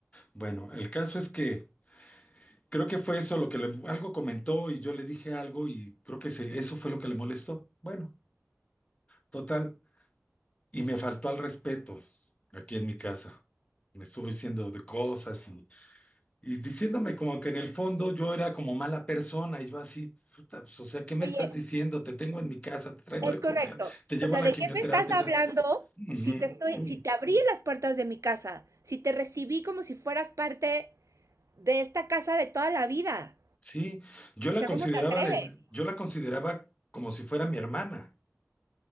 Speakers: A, on the left (about 25°); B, on the right (about 80°).
A: Bueno, el caso es que creo que fue eso lo que le, algo comentó y yo le dije algo y creo que se- eso fue lo que le molestó. Bueno, total, y me faltó al respeto aquí en mi casa. Me estuvo diciendo de cosas y, y diciéndome como que en el fondo yo era como mala persona y yo así, puta, pues, o sea, ¿qué me
B: Oye,
A: estás diciendo? Te tengo en mi casa, te traigo
B: Es
A: de
B: correcto.
A: comer, te llevo
B: O sea,
A: a la
B: ¿de
A: quimioterapia.
B: qué me estás hablando
A: te- Ujú.
B: si te estoy, si te abrí las puertas de mi casa, si te recibí como si fueras parte de esta casa de toda la vida?
A: Sí, yo
B: O
A: la
B: sea,
A: consideraba
B: ¿cómo te atreves?
A: de, yo la consideraba como si fuera mi hermana,